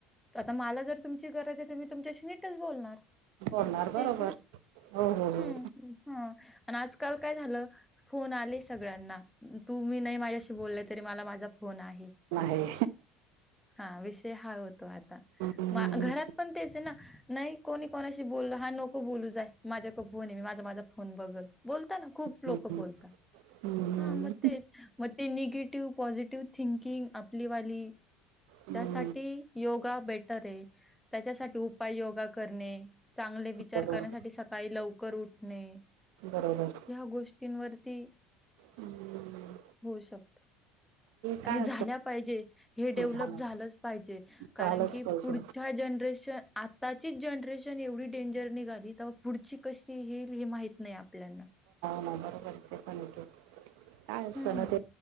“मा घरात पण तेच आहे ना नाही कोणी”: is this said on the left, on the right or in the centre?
Centre